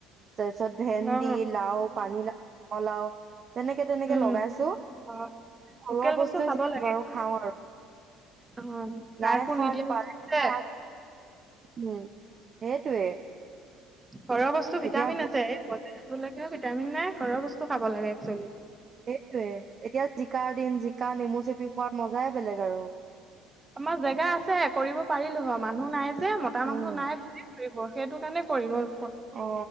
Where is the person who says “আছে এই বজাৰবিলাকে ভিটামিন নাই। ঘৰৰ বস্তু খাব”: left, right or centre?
Right